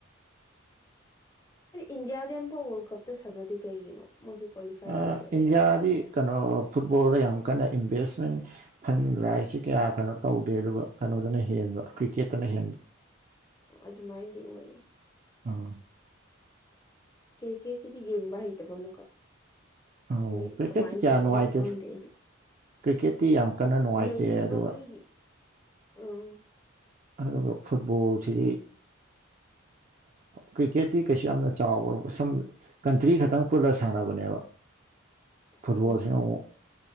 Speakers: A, on the left (about 15°); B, on the right (about 35°).
A: ꯏꯟꯗꯤꯌꯥꯗꯤ ꯑꯝꯐꯥꯎ ꯋꯥꯔꯜ ꯀꯞꯇ ꯁꯥꯟꯅꯗꯦ ꯀꯩꯒꯤꯅꯣ ꯃꯣꯏꯁꯦ ꯀ꯭ꯋꯥꯂꯤꯐꯥꯏ
B: ꯑ
A: ꯑꯣꯏꯗꯕꯩꯔꯥ
B: ꯏꯟꯌꯥꯗꯤ ꯀ ꯐꯨꯠꯕꯣꯜꯗ ꯌꯥꯝ ꯀꯟꯅ ꯏꯟꯚꯦꯁꯃꯦꯟ ꯐꯟ ꯔ ꯍꯥꯏꯁꯤ ꯀꯌꯥ ꯀꯩꯅꯣ ꯇꯧꯗꯦ ꯑꯗꯨꯒ ꯀꯩꯅꯣꯗ ꯅ ꯍꯦꯟꯕ ꯀ꯭ꯔꯤꯀꯦꯠꯇꯅ ꯍꯦꯟꯕ
A: ꯑꯗꯨꯃꯥꯏꯗꯤ ꯑꯣꯏꯌꯦ
B: ꯑ
A: ꯀꯦꯔ ꯀꯦꯠꯁꯤꯗꯤ ꯌꯦꯡꯕ ꯍꯩꯇꯕ ꯑꯃꯨꯀꯥ
B: ꯑꯧ
A: ꯃꯣꯏ
B: ꯀ꯭ꯔꯤꯛꯀꯦꯠꯇꯤ
A: ꯀꯃꯥꯏꯅ
B: ꯀꯌꯥ
A: ꯁꯥꯟꯅꯩꯅꯣ
B: ꯅꯨꯡꯉꯥꯏꯇꯦ
A: ꯈꯪꯗꯦ ꯑꯩꯗꯤ
B: ꯀ꯭ꯔꯤꯛꯀꯦꯠꯇꯤ ꯌꯥꯝ ꯀꯟꯅ ꯅꯨꯡꯉꯥꯏꯇꯦ
A: ꯌꯦꯡꯅꯤꯡꯕ
B: ꯑꯗꯨꯒ
A: ꯃꯤꯒꯤ ꯎꯝ
B: ꯑꯗꯨꯒ ꯐꯨꯠꯕꯣꯜꯁꯤꯗꯤ ꯀ꯭ꯔꯤꯀꯦꯠꯇꯤ ꯀꯩꯁꯨ ꯌꯥꯝꯅ ꯆꯥꯎꯋꯦ ꯁꯝ ꯀꯟꯇ꯭ꯔꯤ ꯈꯛꯇꯪ ꯄꯨꯜꯂ ꯁꯥꯟꯅꯕꯅꯦꯕ ꯐꯨꯠꯕꯣꯜꯁꯤꯅ
A: ꯑꯣ
B: ꯑꯃꯨꯛ